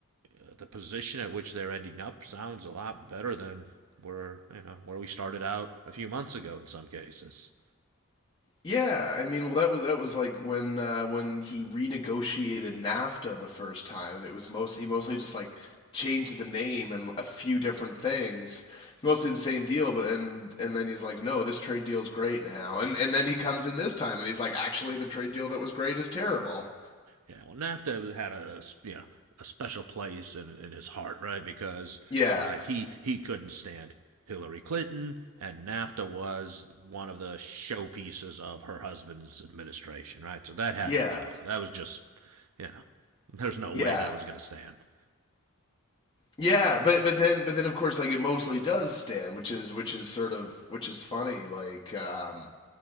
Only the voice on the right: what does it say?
uh, the position at which they're ending up sounds a lot better than where you know where we started out a few months ago in some cases.
Yeah, well, NAFTA had a you know a special place in, in his heart, right? Because
uh, he he couldn't stand Hillary Clinton, and NAFTA was one of the showpieces of her husband's administration, right? So that had
to go. That was just, you know, there's no
way that was going to stand.